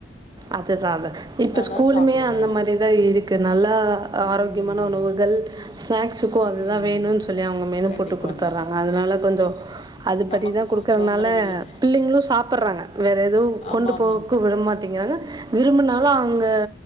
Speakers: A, on the right (about 20°); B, on the left (about 35°).
A: அதுதா அது இப்ப ஸ்கூலுமே
B: தான் சாப்பிடுவேன்
A: அந்த மாரி தா இருக்கு நல்லா ஆரோக்கியமா
B: ம்
A: ன்ன உணவுகள் ஸ்நாக்ஸுக்கு அதுதா
B: ம்
A: வேணுன்னு சொல்லி அவுங்க மெனு
B: கண்டிப்பாங்க
A: போட்டு குடுத்துறாங்க அதுனால கொஞ்சோ அதுப்படி
B: நமக்கு
A: தா குடுக்கறனால
B: கொஞ்சம் தொந்தரவு இல்லை
A: பிள்ளைங்களு சாப் உட்டுறாங்க வேற எதோ
B: ஆமாம்
A: கொண்டு போகக்கு
B: ஆமாங்க
A: விடமாட்டேங்கிறாங்க விரும்புனாலு அங்க